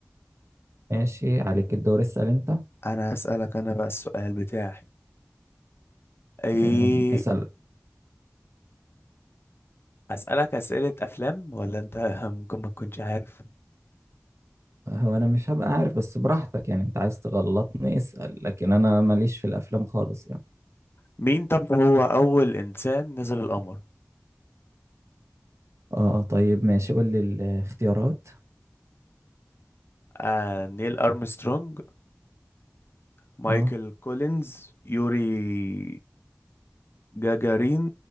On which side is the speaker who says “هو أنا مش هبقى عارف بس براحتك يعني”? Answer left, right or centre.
Right